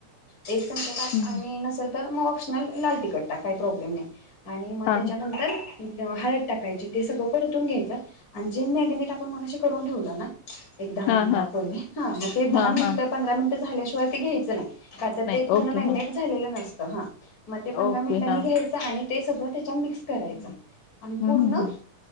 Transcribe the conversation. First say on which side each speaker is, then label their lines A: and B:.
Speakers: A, on the left; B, on the left.
A: एक चमचा टा
B: हं, हं.
A: आणि नसेल तर मग ऑप्शनल लाल तखट टा काही प्रॉब्लेम नाही आणि मग
B: हां,
A: त्याच्यानंतर
B: हां.
A: हळद टाकायची ते सगळं परतून घ्यायचं आणि जे मॅग्नेट आपण मगाशी करून ठेवलं ना एक दहा
B: हां,
A: मिनिटापूर्वी
B: हां.
A: हा मग ते दहा
B: हां,
A: मिनिट
B: हां.
A: पंधरा मिनिट झाल्याशिवाय ते घ्यायचं नाही का तर
B: नाही.
A: ते पूर्ण
B: ओके.
A: मॅगनेट
B: हां.
A: झालेलं नसतं हा मग ते पंधरा
B: ओके.
A: मिनिटांनी
B: हां.
A: घ्यायचं आणि ते सगळं त्या मिक्स करायच
B: हं,
A: आणि
B: हं,
A: पूर्ण
B: हं. हं.